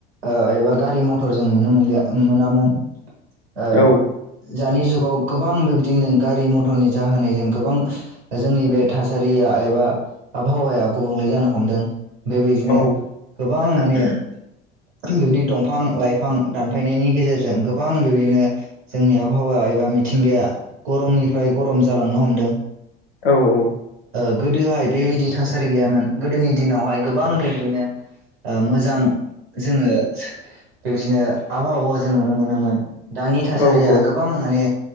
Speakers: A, on the right (about 70°); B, on the left (about 70°).
A: ओ एबा गारि मथर जों नुनो मोनलिया उम मोनामोन ओ
B: औ
A: जानि जुग गाव गोबां बेबायदिनो गारि मथरनि जाहोनायजों गोबां जोंनि बे थासारिया एबा आबहावाया गुबुंले जानो हमदों बेबायदिनो
B: औ
A: गोब बां माने <unintelligible> दंफां -लाइफां दानफायनायनि गेजेरजों गोबां बेबायदिनो जोंनि आबहावा एबा मिथिंगाया गरमनिफ्राय गरम जालांनो हमदों
B: औ औ
A: ओ गोदोहाय बेओइदि थासारि गैयामोन गोदोनि दिनावहाय गोबां बेदिनो ओ मोजां जोङो सो बेबायदिनो आबहावाव जों नुनो मोनोमोन दानि थासारिया
B: औ
A: गोबां माने